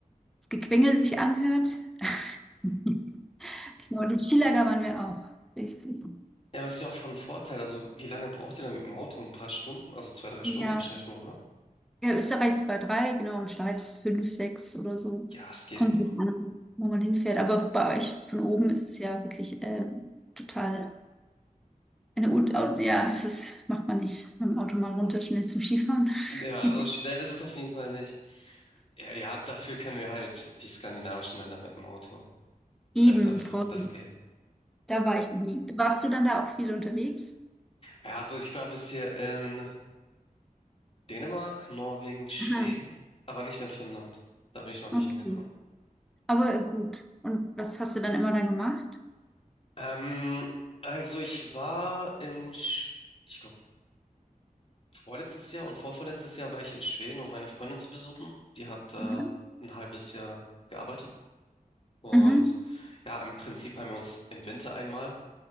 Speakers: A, in the centre; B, on the left.
A: das Gequengel sich anhört. <laughs> Genau, im Skilager waren wir auch, richtig.
B: Ja, aber ist ja auch von Vorteil. Also, wie lange braucht ihr denn mit dem Auto? Ein paar Stunden? Also zwei, drei Stunden
A: Ja,
B: wahrscheinlich nur, oder?
A: Ja, Österreich zwei drei genau, und Schweiz 5 6 oder so.
B: Ja, es geht
A: Kommt
B: noch.
A: drauf an, wo man hinfährt. Aber bei euch von oben ist es ja wirklich ähm, total eine, Un- au- ja, es ist, macht man nicht mit dem Auto mal runter, schnell zum Skifahren.
B: Ja, also
A: <laughs>
B: schnell ist es auf jeden Fall nicht. Ja, ja, dafür können wir halt die skandinavischen Länder mit dem Auto
A: Eben,
B: besser besuchen.
A: vor,
B: Das geht.
A: da war ich noch nie. Warst du dann da auch viel unterwegs?
B: Ja, also ich war bisher in Dänemark, Norwegen, Schweden,
A: Aha,
B: aber nicht in Finnland. Da bin ich noch nicht
A: okay.
B: hingekommen.
A: Aber äh, gut. Und was hast du dann immer da gemacht?
B: Ähm, also ich war in, Sch- ich glaube, vorletztes Jahr und vorvorletztes Jahr war ich in Schweden, um meine Freundin zu besuchen. Die hat da
A: Mhm.
B: ein halbes Jahr gearbeitet. Und
A: Mhm.
B: ja, im Prinzip haben wir uns im Winter einmal